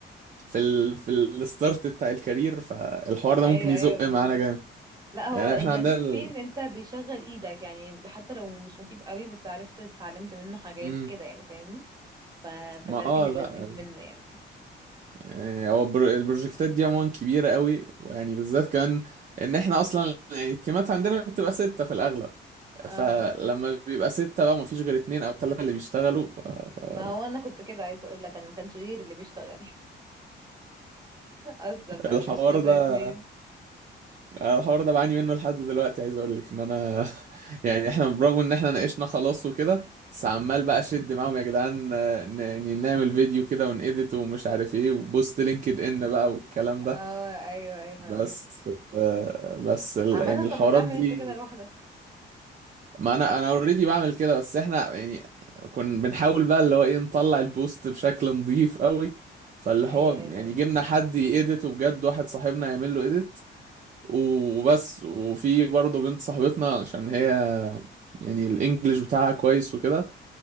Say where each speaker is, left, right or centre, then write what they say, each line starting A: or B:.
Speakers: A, on the right; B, on the right.
A: في ال في الستارت بتاع الكارير فالحوار ده
B: ايوه
A: ممكن يزق
B: ايوه
A: معانا
B: بالظبط
A: جامد
B: لا هو
A: يعني
B: اللذيذ
A: احنا عندنا ال...
B: فيه ان انت بيشغل ايدك يعني حتى لو مش مفيد قوي بس عرفت اتعلمت منه حاجات
A: مم.
B: كده يعني فاهمني ف...
A: ما
B: فده
A: اه
B: كان اللذيذ
A: لا
B: منه يعني
A: يعني هو البر- البروجكتات دي عموما كبيرة قوي ويعني بالذات كمان ان احنا اصلا يعني التيمات عندنا بتبقى ستة في الاغلب
B: اه
A: فلما بيبقى ستة بقى مفيش غير اتنين او تلاتة اللي بيشتغلوا ف- ف-
B: ما هو انا كنت كده عايزه اقول لك انا ما كانش غيري اللي بيشتغل <laughs> اصلا بقى
A: الحوار
B: مش مثلا
A: ده
B: اتنين
A: آه، الحوار ده بعاني منه لحد دلوقتي عايز اقول لك ان انا <laughs> يعني احنا برغم ان احنا ناقشنا خلاص وكده بس عمال بقى اشد معاهم يا جدعان آه، ن- يعني نعمل فيديو كده ونedit ومش عارف ايه وبوست لينكد ان بقى والكلام
B: اه
A: ده
B: ايوه ايوه
A: بس
B: فاهمك
A: آه، بس ال-
B: عامة
A: يعني الحوارات
B: طب ما تعمل
A: دي
B: انت كده لوحدك
A: ما انا انا اوريدي بعمل كده بس احنا يعني كنا بنحاول بقى اللي هو ايه نطلع البوست بشكل نظيف قوي فاللي
B: ايوه
A: هو
B: ايوه
A: يعني
B: فهمت
A: جبنا حد يedit وبجد واحد صاحبنا يعمل له edit وبس وفي برضه بنت صاحبتنا عشان هي يعني الانجليش بتاعها كويس وكده